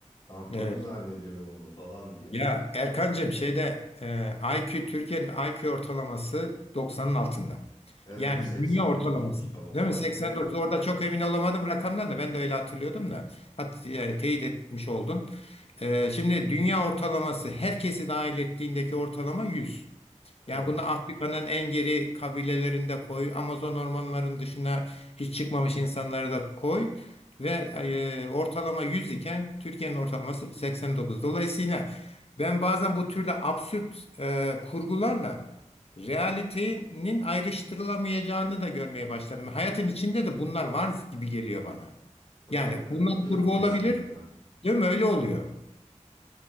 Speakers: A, on the left; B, on the left.
A: ben kurgu
B: Evet.
A: zannediyordum onu falan diye.
B: Ya Erkancığım şeyde e, IQ Türkiye'nin IQ ortalaması doksanın altında.
A: Evet
B: Yani
A: 89'muş
B: dünya ortalaması.
A: tam olarak
B: Değil mi? 89.
A: ve
B: Orada çok emin olamadım rakamdan da ben de öyle hatırlıyordum da. Hat, e, teyit etmiş oldun. E, şimdi dünya ortalaması herkesi dahil ettiğindeki ortalama 100.
A: evet.
B: Yani bunu Afrika'nın en geri kabilelerinde koy, Amazon ormanlarının dışına hiç çıkmamış insanları da koy ve e, ortalama 100 iken Türkiye'nin ortalaması 89. Dolayısıyla ben bazen bu türde absürt e, kurgularla realitenin ayrıştırılamayacağını da görmeye başladım. Hayatın içinde de bunlar var gibi geliyor bana.
A: Hocam
B: Yani
A: katılıyorum
B: bunlar kurgu
A: kesinlikle.
B: olabilir, değil mi? Öyle oluyor.